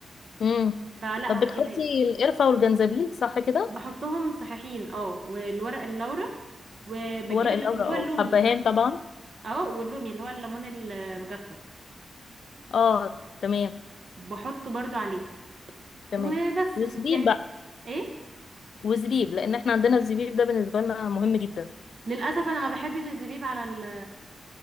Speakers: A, on the left (about 75°); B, on the right (about 60°).
A: امم
B: فلا
A: طب
B: ما
A: بتحطي
B: بجيبهاش
A: القرفه والجنزبيل صح كده
B: بحطهم صحيحين اه والورق اللورا وبجيب
A: ورق
B: اللي
A: اللورا
B: اللي هو
A: اه
B: اللومي
A: والحبهان
B: اللي هو-
A: طبعا
B: اه واللومي اللي هو الليمون المجفف
A: اه تمام
B: بحطه برضو عليه
A: تمام
B: وبس
A: وزبيب
B: وشو يعني
A: بقى
B: ايه
A: وزبيب لان احنا عندنا الزبيب ده بالنسبه لنا مهم جدا
B: للاسف انا ما بحبش الزبيب على ال